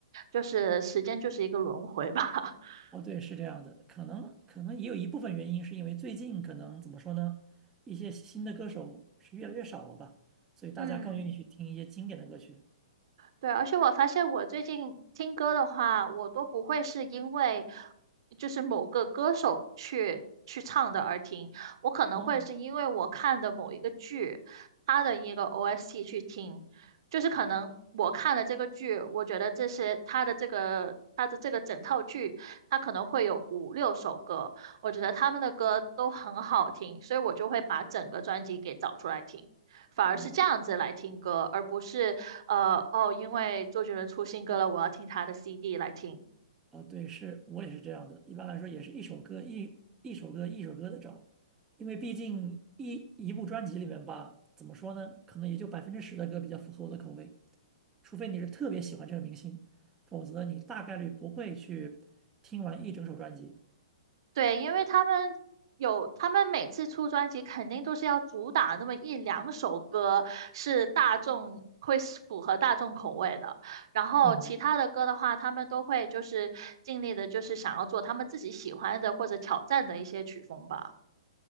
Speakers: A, on the right; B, on the right.
A: 就是时间就是一个轮回吧。<laughs>
B: 哦，对，是这样的，可能可能也有一部分原因是因为最近可能怎么说呢，一些新的歌手是越来越少了吧，所以大家更愿意去听一些经典的歌曲。
A: 嗯，对，而且我发现我最近听歌的话，我都不会是因为就是某个歌手去去唱的而听，我可能会是因为我看的某一个剧，
B: 哦，
A: 它的一个 OST 去听，就是可能我看了这个剧，我觉得这些它的这个它的这个整套剧，它可能会有五六首歌，我觉得他们的歌都很好听，所以我就会把整个专辑给找出来听。反而是这样子来听歌，
B: 哦，
A: 而不是呃，哦，因为周杰伦出新歌了，我要听他的 CD 来听。
B: 哦，对，是我也是这样的，一般来说也是一首歌一一首歌一首歌的找，因为毕竟一一部专辑里面吧，怎么说呢，可能也就百分之十的歌比较符合我的口味，除非你是特别喜欢这个明星，否则你大概率不会去听完一整首专辑。
A: 对，因为他们有，他们每次出专辑肯定都是要主打那么一两首歌是大众会是符合大众口味的，然后其他的歌的话，
B: 嗯，
A: 他们都会就是尽力的，就是想要做他们自己喜欢的或者挑战的一些曲风吧。